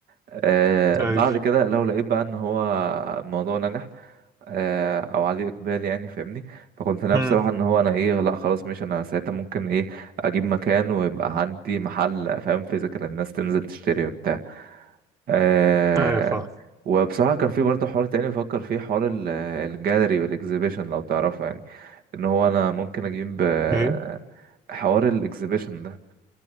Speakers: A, on the right (about 60°); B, on the right (about 20°).
A: آه
B: ايوه
A: بعد كده لو لقيت بقى إن هو الموضوع نجح آه، او عليه اقبال يعني فاهمني فكنت ناوي
B: امم
A: بصراحه ان هو انا ايه لا خلاص ماشي انا ساعتها ممكن ايه اجيب مكان ويبقى عندي محل فاهم فيزيكال الناس تنزل تشتري وبتاع أه
B: ايوه فاهم
A: وبصراحه كان في برضه حوار تاني بفكر فيه حوار ال- الجاليري والاكزيبيشن لو تعرفه يعني ان هو انا ممكن اجيب آه،
B: ايه
A: حوار الاكزيبيشن ده